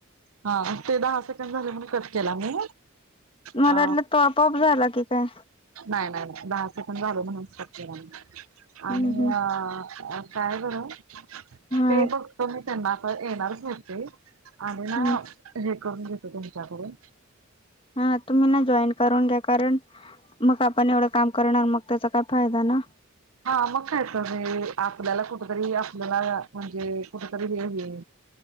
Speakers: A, on the right; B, on the left.
A: हा ते दहा सेकंड झाले म्हणून कट केला मी
B: मला
A: आ
B: वाटलं तो आपोआप झाला की काय
A: नाही नाही नाय दहा सेकंड झालं म्हणूनच कट केला मी
B: हम्म
A: आणि
B: हम्म
A: अ अ काय बरं,
B: हा
A: ते बघतो मी त्यांना, आता येणारच नव्हते. आणि ना
B: हम्म
A: हे करून घेतो तुमच्याकडून
B: हा तुम्ही ना जॉईन करून घ्या कारण मग आपण एवढं काम करणार, मग त्याचा काय फायदा ना
A: हा मग कायतर हे आपल्याला कुठ तरी आपल्याला म्हणजे कुठ तरी हे व्हील